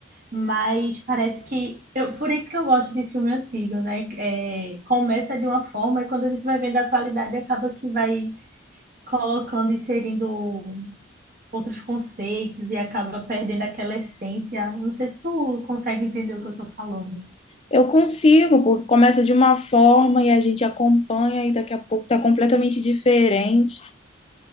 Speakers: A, on the right; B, on the left.
A: Mas parece que eu, por isso que eu gosto de filme antigo, né? É, começa de uma forma e quando a gente vai vendo a atualidade acaba que vai colocando, inserindo outros conceitos e acaba perdendo aquela essência. Não sei se tu consegue entender o que eu tô falando.
B: Eu consigo, porque começa de uma forma e a gente acompanha e daqui a pouco tá completamente diferente.